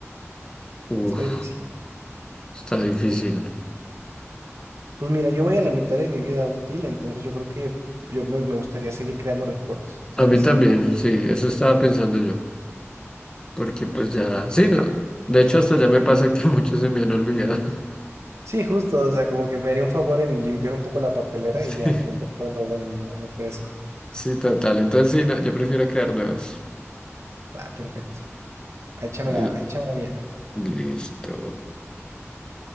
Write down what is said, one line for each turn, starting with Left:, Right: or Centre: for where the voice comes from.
Left: Uf,
Right: Está difícil.
Left: está difícil.
Right: Pues mira, yo voy a la mitad de mi vida útil, entonces yo creo que yo me, me gustaría seguir creando recuerdos, ¿sabes?
Left: A mí también, sí, eso estaba pensando yo, porque pues ya, sí, no. De hecho, hasta ya me pasa que <laughs> muchos se me han olvidado. <laughs>
Right: Sí, justo, o sea, como que me haría un favor en limpiar un poco la papelera
Left: Sí,
Right: y ya que entre todo lo bueno, ¿no? Lo fresco.
Left: sí, total. Entonces, sí, no, yo prefiero crear nuevas.
Right: Ah, perfecto. Échame la,
Left: L-
Right: Échamela, la mía.
Left: Listo.